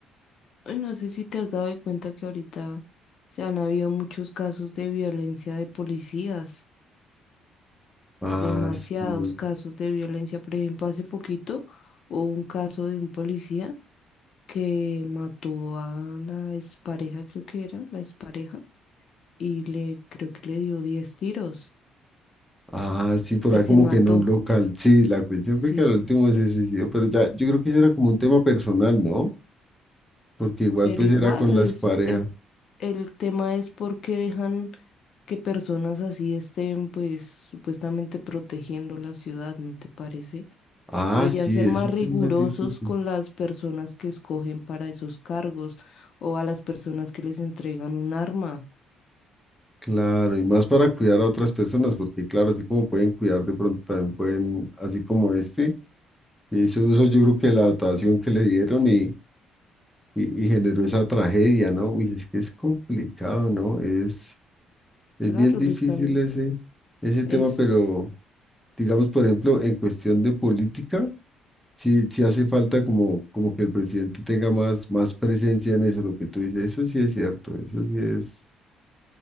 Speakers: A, on the left; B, in the centre.
A: ay, no sé si te has dado de cuenta que ahorita se han habido muchos casos de violencia de policías,
B: Ah,
A: demasiados
B: sí.
A: casos de violencia. Por ejemplo, hace poquito hubo un caso de un policía que mató a la expareja, creo que era, la expareja, y le, creo que le dio 10 tiros
B: Ah, sí, por
A: y
B: ahí
A: se
B: como
A: mató,
B: que en un local. Sí, la cuestión
A: sí.
B: fue que al último se suicidó, pero ya, yo creo que eso era como un tema personal, ¿no? porque igual
A: Pero
B: pues
A: igual
B: era con las
A: es
B: parejas.
A: el, el tema es por qué dejan que personas así estén pues supuestamente protegiendo la ciudad, ¿no te parece?
B: Ah,
A: Deberían
B: sí,
A: ser
B: ese
A: más rigurosos
B: tema es difícil.
A: con las personas que escogen para esos cargos o a las personas que les entregan un arma.
B: Claro, y más para cuidar a otras personas, porque claro, así como pueden cuidar, de pronto también pueden, así como este, que hizo uso yo creo que de la dotación que le dieron y, y, y generó esa tragedia, ¿no? Uy, es que es complicado, ¿no? Es, es
A: Claro,
B: bien difícil
A: le están,
B: ese, ese tema,
A: es
B: pero digamos, por ejemplo, en cuestión de política. Sí, sí hace falta como, como que el presidente tenga más, más presencia en eso, lo que tú dices, eso sí es cierto, eso sí es,